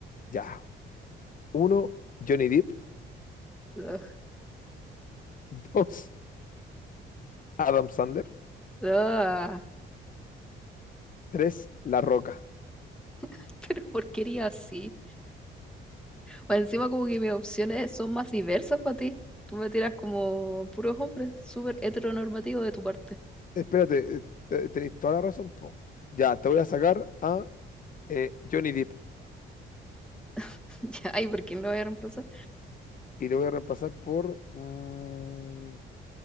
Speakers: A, on the left; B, in the centre.
A: Ya. Uno, Johnny Depp.
B: Ugh.
A: <laughs> Dos, Adam Sandler.
B: Ah,
A: Tres, La Roca.
B: <laughs> pero porquería así. Más encima como que mis opciones son más diversas para ti. Tú me tiras como puros hombres, súper heteronormativo de tu parte.
A: Espérate, eh, te- tenéis toda la razón, po. Ya, te voy a sacar a eh, Johnny Depp
B: <laughs> Ya, ay, ¿por quién lo voy a reemplazar?
A: y lo voy a reemplazar por. mm,